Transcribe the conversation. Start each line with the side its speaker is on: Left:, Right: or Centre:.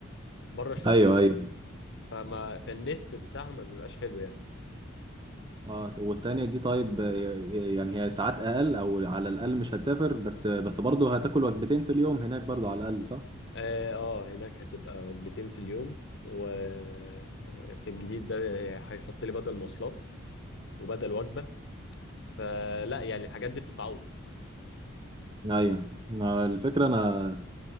Left: بره الش...
Right: ايوه
Left: في
Right: ايوه
Left: الشغل فما فالنت بتاعها ما بيبقاش حلو يعني
Right: اه والتانية دي طيب آه، آه، يعني هي ساعات اقل او على الاقل مش هتسافر بس بس برضه هتاكل وجبتين في اليوم هناك برضه على الاقل صح
Left: اه آه، هناك هتبقى وجبتين في اليوم وفي الجديد ده هيحط لي بدل مواصلات وبدل وجبة فلا يعني الحاجات دي بتتعوض
Right: ايوه آه، الفكرة انا